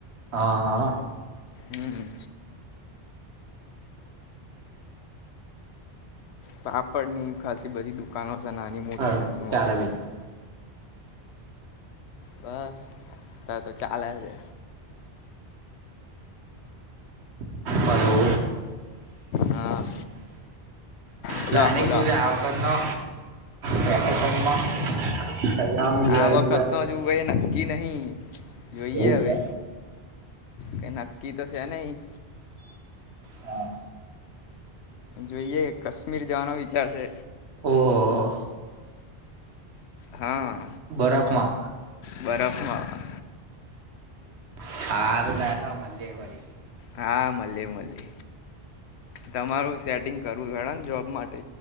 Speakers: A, on the right (about 85°); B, on the left (about 85°).
A: હા હા.
B: હમ્મ. પાપડ ની ખાલી બધી દુકાનો છે નાની મોટી
A: હા
B: નાની
A: શું
B: મોટી.
A: ચાલે બીજું
B: બસ તો ચાલે છે.
A: હલો.
B: હા બોલો
A: પ્લાનિંગ
B: બોલો
A: શું છે આ વખત નો વેકેશનમાં? સજાવાનું દિવાળી
B: આ વખત
A: દિવાળી
B: ન જુું નક્કી નહી જોઈએ
A: એવું
B: હવે.
A: છે
B: કે નક્કી તો છે નહીં.
A: હા.
B: જોઈએ કાશ્મીર જવાનો વિચાર છે.
A: ઓહ.
B: હા
A: બરફમાં
B: બરફમાં.
A: હા. <unintelligible>
B: હા મલે મલે. તમારું સેટિંગ કરવું <unintelligible> ને જોબ માટે.